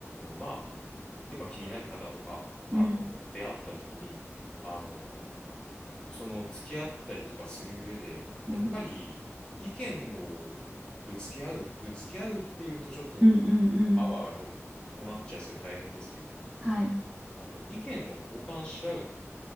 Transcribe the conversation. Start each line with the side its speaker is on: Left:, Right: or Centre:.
Left: ーまあ、やっぱ気になる方とか、あのー出会った時に、
Right: うん、
Left: あのーその付き合ったりとかする上で、やっぱり意見をこうぶつけ合う、
Right: うん、
Left: ぶつけ合うっていうとちょっと
Right: うん、うん、うん。
Left: パワーがと伴っちゃいそうで大変ですけれども、
Right: はい。
Left: あの、意見を交換し合うっ